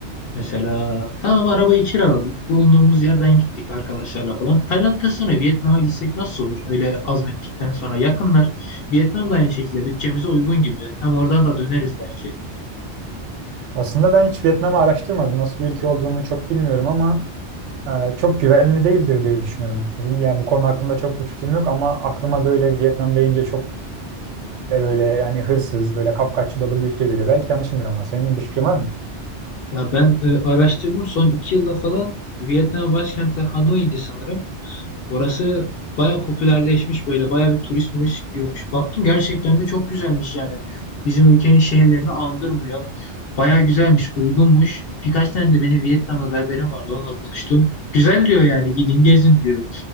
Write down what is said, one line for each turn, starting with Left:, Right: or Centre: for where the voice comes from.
Left: Mesela tamam arabayı kiraladık. Bulunduğumuz yerden gittik arkadaşlarla falan. Tayland'dan sonra Vietnam'a gitsek nasıl olur? Öyle hazmettikten sonra yakınlar. Vietnam da aynı şekilde bütçemize uygun gibi. Hem oradan da döneriz belki.
Right: Aslında ben hiç Vietnam'ı araştırmadım. Nasıl bir ülke olduğunu çok bilmiyorum ama e, çok güvenli değildir diye düşünüyorum. Kesin yani bu konu hakkında çok bir fikrim yok ama aklıma böyle Vietnam deyince çok e, böyle yani hırsız, böyle kapkaççı dolu bir ülke geliyor. Belki yanlışımdır ama senin bir fikrin var mı?
Left: Ya ben e, araştırdım son iki yılda falan Vietnam başkenti Hanoi'ydi sanırım. Orası baya popülerleşmiş böyle baya bir turist turist gidiyormuş. Baktım gerçekten de çok güzelmiş yani. Bizim ülkenin şehirlerini andırmıyor. Baya güzelmiş, uygunmuş. Birkaç tane de benim Vietnamlı berberim vardı onunla konuştum. Güzel diyor yani gidin gezin diyor.